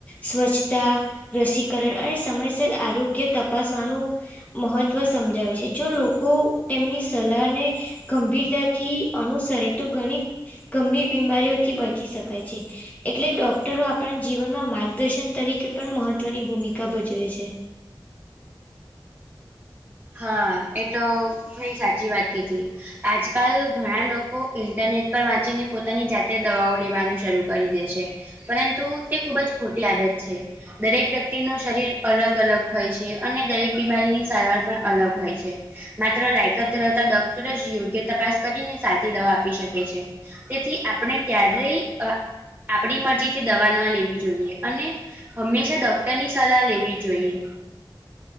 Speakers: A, on the left (about 20°); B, on the right (about 25°).
A: સ્વ <unintelligible> રસીકરણ અને સમયસર આરોગ્ય તપાસવાનું મહત્વ સમજાવે છે જો લોકો તેમની સલાહને ગંભીરતાથી અનુસરે તો ઘણી ગંભીર બીમારીઓથી બચી શકાય છે. એટલે ડોક્ટરો આપણા જીવનમાં માર્ગદર્શન તરીકે પણ મહત્વની ભૂમિકા ભજવે છે
B: હા એ તો થોડી સાચી વાત કીધી આજકાલ ઘણા લોકો ઇન્ટરનેટ પર વાંચીને પોતાની જાતે દવાઓ લેવાનું શરૂ કરી દે છે પરંતુ તે ખુબ જ ખોટી આદત છે દરેક વ્યક્તિ નું શરીર અલગ અલગ હોય છે અને દરેક બીમારીની સારવાર પણ અલગ હોય છે. માત્ર લાયકાત ધરાવતા ડોક્ટર જ કરીને સાચી દવા આપી શકે છે. તેથી આપણે ક્યારેય આપણી મરજીથી દવા ન લેવી જોઈએ અને હંમેશા ડોક્ટરની સલાહ લેવી જોઈએ.